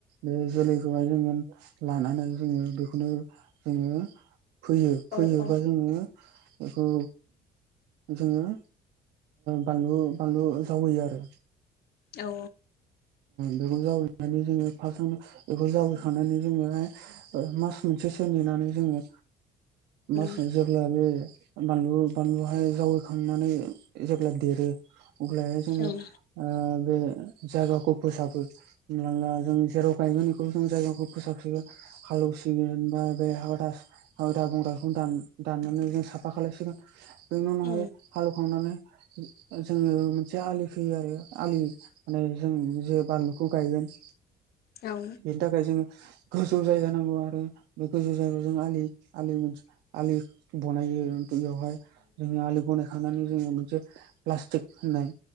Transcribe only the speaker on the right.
बे जोलैखौहाय जोङो लानानै जोङो बेखौनो जोङो फैयो फैयोबा
जोङो बेखौ जोङो बानलु बानलु जावैयो आरो
बेखौ जावैनानै जोङो फार्स्टआवनो बेखौ जावैखांनानै जोङो मास मोनसेसो नेनानै जोङो मास
मोनसे अब्ला बे बानलु बानलुहाय जावैखांनानै जेब्ला देरो अलहाय जोङो
बे जायगाखौ फोसाबो होनब्लाा जों जेराव गायगोन बेखौ जों जायगाखौ फोसाबसिगोन हालौसिगोन बा हथ आयदा बंग्राखौ दाननानै जों साफा खालायसिगोन बेनि उनावहाय
हालौवखांनानै जोङो मोनसे आलि खोयो आरो आलि माने जों जे बानलुखौ गायगोन
बेनि थाखाय जोङो गोजौ जायगा नांगौ आरो बे गोजौ जायगायाव जों आलि आलि मोनसे आलि बनायो बेवहाय जोङो आलि बना थांनानै जोङो मोनसे प्लास्टिक होननाय